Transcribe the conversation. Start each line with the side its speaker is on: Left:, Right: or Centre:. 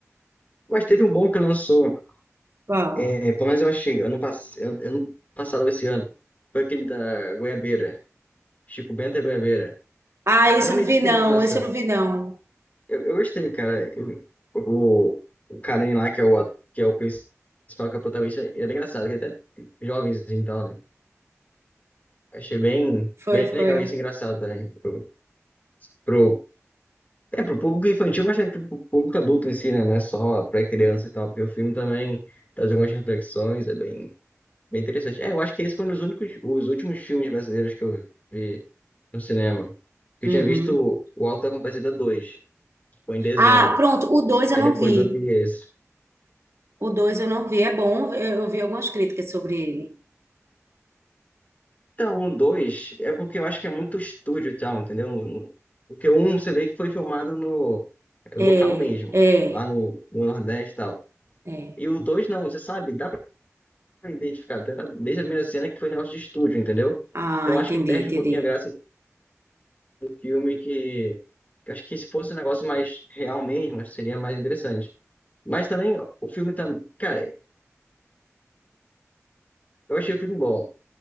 Left: Mas teve um bom que lançou,
Right: Qual?
Left: é, pelo menos eu achei, ano, pass... ano passado, ou esse ano, foi aquele da Goiabeira, Chico Bento e a Goiabeira.
Right: Ah, esse
Left: Era
Right: eu
Left: um meio
Right: não vi
Left: de criança.
Right: não, esse eu não vi não.
Left: Eu, eu gostei, cara. Eu- o, o carinha lá, que é o, at- que é o principal, que é o protagonista, ele é bem engraçado, que é até jovenzinho e tal, né? Achei bem,
Right: Foi,
Left: bem
Right: ficou
Left: legal
Right: legal.
Left: isso, engraçado também. Pro, pro, é, pro público infantil, mas também pro, pro público adulto em si, né? Não é só pra criança e tal, porque o filme também traz algumas reflexões, é bem, bem interessante. É, eu acho que esse foi um dos únicos, os últimos filmes brasileiros que eu vi no cinema. Eu
Right: Uhum.
Left: tinha visto o Auto da Compadecida 2 foi em dezembro.
Right: Ah, pronto, o dois eu
Left: Aí
Right: não
Left: depois
Right: vi.
Left: eu vi esse.
Right: O dois eu não vi, é bom, eu eu vi algumas críticas sobre ele.
Left: Então, o 2 é porque eu acho que é muito estúdio e tal, entendeu? Porque o um você vê que foi filmado no é,
Right: É,
Left: local mesmo,
Right: é,
Left: lá no, no Nordeste e tal.
Right: é.
Left: E o 2 não, você sabe, dá pra identificar até da- desde a primeira cena que foi negócio de estúdio, entendeu?
Right: Ah,
Left: Então acho
Right: entendi,
Left: que perde
Right: entendi.
Left: um pouquinho a graça do filme, que, que acho que se fosse um negócio mais real mesmo, acho que seria mais interessante. Mas também o filme tá, cara, eu achei o filme bom.